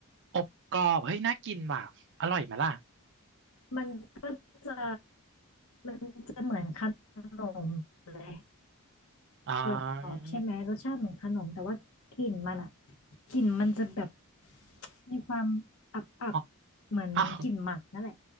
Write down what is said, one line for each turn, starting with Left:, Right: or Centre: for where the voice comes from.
Right: อบกรอบเฮ้ยน่ากินว่ะ อร่อยไหมล่ะ
Left: มันก็จะมันจะเหมือนขนมเลย
Right: อ่า
Left: กรอบๆใช่ไหมรสชาติเหมือนขนมแต่ว่ากลิ่นมันอ่ะกลิ่นมันจะแบบมีความอับๆเหมือนกลิ่นหมักนั่นแหละ
Right: อ๋ออ้าว